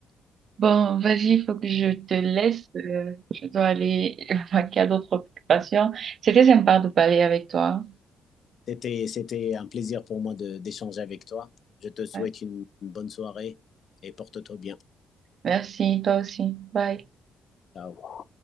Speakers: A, on the right (about 55°); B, on the left (about 55°).
A: Bon, vas-y, il faut que je te laisse. euh, je dois aller <laughs> vaquer à d'autres occupations. C'était sympa de parler avec toi.
B: C'était, c'était un plaisir pour moi de, d'échanger avec toi. Je te souhaite
A: Ouais.
B: une bonne soirée et porte-toi bien.
A: Merci, toi aussi. Bye.
B: Ciao.